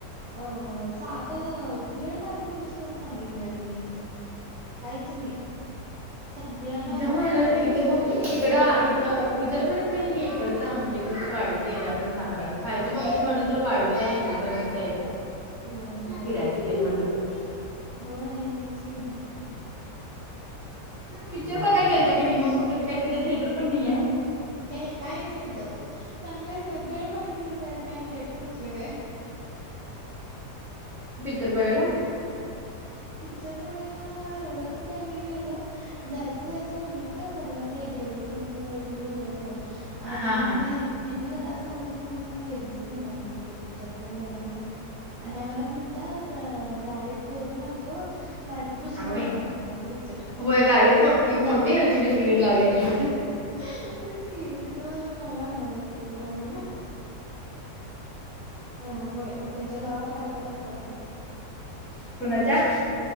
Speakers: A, on the right (about 65°); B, in the centre.
A: अ साधं भेळ पाणीपुरी सुधा- चांगलं मिळत नाही इथं, काहीच नाही सगळ्याला- आम्हाला
B: <inaudible> हां
A: इचलकरंजीच
B: इथं
A: पळायला लाग
B: इचलकरंजी आहे कणी आमच्या इकडचं वाडीच एरिया पण चांगला आहे खायचं त्याच्या बाबतीत मला तर वाढीचा नाही त्या इचलकरंचा एरिया.
A: होय होय
B: फिरायचं ते म्हटलं तर.
A: होय तेच की.
B: पिक्चर बघायला गेलता का नाही मग कुठे काय तिथं थिएटर पण नाहीये?
A: का काय नाही येत. सांगायलोय काय भेळ पाणीपुरी मिळत नाही आणि थिएटर कुठलं काय?
B: चर बघाला.
A: पिक्चर बघायला एवढं तर काय नाही गेलो जायचं जायचं म्हणलं काय परवात ते देऊळ बंद टू होत ते आणि
B: हा हा
A: मग हनी घरात नव्हत म्हणून मग गेलच नाही आमही कुठ पिक्चर तर बघायला आणि आम्हाला म्हणतात गाडीत भरून तो गाडीत बसून
B: अगं बाई
A: बघा म्हणाला पिक्चर.
B: वय गाडीत मोठी मोठी एलसीडी स्क्रीन लावला की.
A: तेच कि तिथ बसून बघा म्हणालेत पिक्चर आम्हाला. ह होय त्यांच्या गावात नाटक असतात म्हला.
B: कुणाच्या